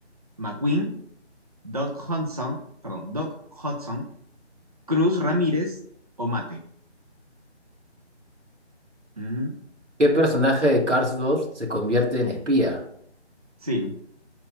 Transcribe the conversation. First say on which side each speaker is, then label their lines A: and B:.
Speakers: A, on the right; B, on the right.
A: ¿McQueen, Doc Hudson, perdón, Doc Hudson, Cruz Ramírez o Mate? Mm,
B: ¿Qué personaje de Cars 2 se convierte en espía?
A: Sí,